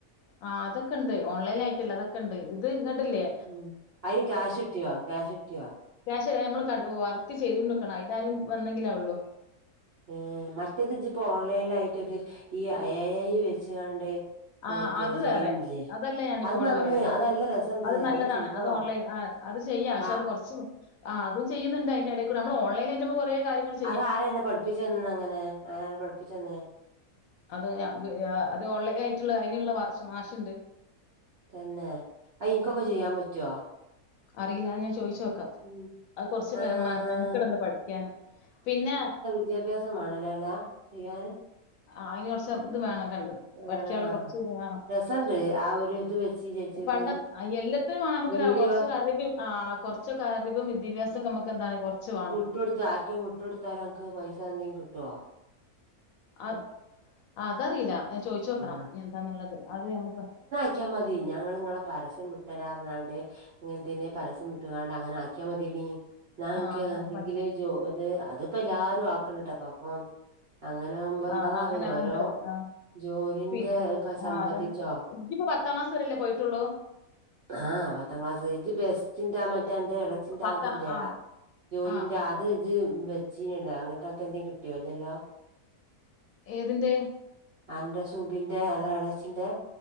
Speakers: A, on the left (about 70°); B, on the right (about 60°).
A: ആഹ് അതക്കെണ്ട് ഓൺ ലൈൻ ആയിട്ടുള്ള അതക്കെണ്ട് ഇത് ഇങ്ങട്ടില്ലേ
B: ഉം അയ്ന് ക്യാഷ് കിട്ടിയോ ക്യാഷ് കിട്ടിയോ
A: ക്യാഷ്ല്ല നമ്മൾ കണ്ടു വർക്ക് ചെയ്ത കൊണ്ട്ക്കണം അതിലാരെം വന്നെങ്കിലാ ഉള്ളൂ
B: ഏഹ് മറ്റേത് ജ്ജ്പ്പോ ഓൺലൈനിലായിട്ടൊരു ഈ എ ഐ വെച്ച്കാണ്ട്
A: ആ
B: പിന്നെ
A: അത്
B: ചെയ്യ്ണില്ലേ
A: വേറെ അതല്ലേ ഞാനിപ്പോ
B: അത്
A: ഇവിടെ
B: നന്ന്
A: പറയ്ണത്
B: അത് നല്ല രസണ്ട്
A: അത് നല്ലതാണ്
B: ചെയ്തോ
A: അത് ഓൺലൈല് ആ അത് ചെയ്യാം പക്ഷെ
B: ആ
A: അത് കൊറച്ച് ആ അതും ചെയ്യുന്നുണ്ട് അതിന്റെടെ കൂടെ നമ്മൾ ഓൺലൈലായിട്ട് കൊറേ കാര്യങ്ങള്
B: അതാരന്നെ പഠിപ്പിച്ചു തന്നെന്നങ്ങനെ അങ്ങനരാ പഠിപ്പിച്ചു തന്നേ
A: അത് അബ് അ അത്ഓൺലൈനായിട്ടുള്ള അയിനുള്ള മാഷ്ണ്ട്
B: തന്നെ അയെനിക്കൊക്കെ ചെയ്യാൻ പറ്റുവൊ
A: അറിയില്ല അത് ഞാൻ ചോയിചോക്കാം
B: ഉം
A: അത് കൊറച്ച്
B: ആ
A: മന മെനകെടൊണ്ട് പഠിക്കാന് പിന്നെ
B: വിദ്യാഭ്യാസംമാണല്ലോല്ലാ ചെയ്യാൻ
A: ആഹ് അയിന് കൊറച്ച് ഇത് വേണം കണ്ട്
B: ഇവിടെ
A: പഠിക്കാള്ള
B: ആഹ്
A: കൊറച്ച് ഇത് വേണം
B: രസണ്ട് ആ ഒരു ഇത് വെച്ച് ചേച്ചി ഒരു
A: പണ്ടത് അയ് എല്ലാത്തിലും വാണം നമുക്കൊര
B: വീഡിയോ
A: കൊറചോരറിവ് ആഹ് കൊറച്ചൊക്കെ അറിവും വി വിദ്യഭ്യാസൊക്കെ അമ്മക്ക് എന്താണ് കൊർച്ച് വാണം.
B: ഇട്ട്കൊട്ത്ത ആർക്കേം വ്ട്ടൊട് ത്താല് അൻക്ക് പൈസ എന്തേകിട്ട്യോ?
A: അത് അതറീല ഞാൻ ചോയ് ച്ചോ ക്കണം
B: ആഹ്
A: ഇനി എന്താന്ന്ള്ളത് അത് നമക്ക്
B: ക്ക്യമതി ഞങ്ങള് ഇങ്ങളെ പരസ്യം പ്ട്ടരാർഞ്ഞാണ്ട്. ഇങ്ങൻത്തെന്നെ പരസ്യം ഇട്ട് കാണ്ട് അങ്ങനെ ആക്ക്യ മത്യടീ. ന്ന അൻക്ക്
A: ആ അങ്ങനെ
B: ‌ അല്ലെങ്കില്
A: മതി
B: ജോത് അത് ഇപ്പ എല്ലാരും ആക്ക്ണ്ട്ട്ടോ പ്പപ്പോ. അങ്ങനെ ആവുംപ്പം
A: ആ
B: എന്താന്നറി
A: ആ, അങ്ങനെ
B: യോ ഓരോ
A: ഉണ്ട് ആ
B: ജോലിന്റെ
A: പി
B: ഇപ്പൊ സംബന്ധിച്ചോ?
A: ആ അതന്നെ ഇജ്ജിപ്പോ പത്താം ക്ലാസ് വരെയല്ലേ പോയിട്ടുള്ളൂ
B: ആ പത്താം ക്ലാസ്സ് ഇത് ബെസ്റ്റിന്റെ മറ്റെ അന്റെ എളച്ചിന്റെ
A: പത്താ
B: അതില്ലേ
A: ആ
B: ജോലിന്റെ
A: ആ
B: അ ഇത് ജ്ജ് വെച്ചീന്യല്ലോ അങ്ങട്ട് അ ൻക്ക്‌ എന്തേ കിട്ട്യോ ഇല്ലല്ലോ?
A: ഏതിൻ്റെ?
B: അന്റെ സുബിന്റെ അല എളെച്ചിന്റെ.